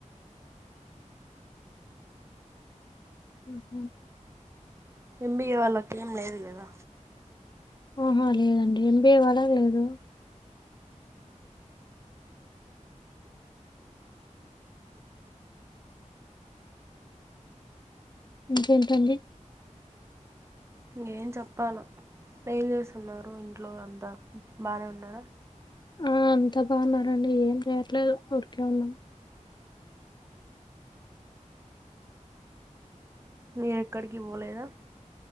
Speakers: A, on the left; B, on the right.
A: ఉహ
B: ఎంబీఏ వాళ్ళకి ఏం లేదు కదా
A: ఆహా లేదండి ఎంబీఏ వాలాకు లేదు ఇంకేంటండి
B: ఇంక ఏం చెప్పలో ఏం చేస్తున్నారు ఇంట్లో వాళ్ళు అంతా బాగానే ఉన్నారా
A: ఆ అంత బాగున్నారండి ఏం చెయట్లేదు ఉరికే ఉన్నాం
B: మీర్ ఎక్కడికి పోలేదా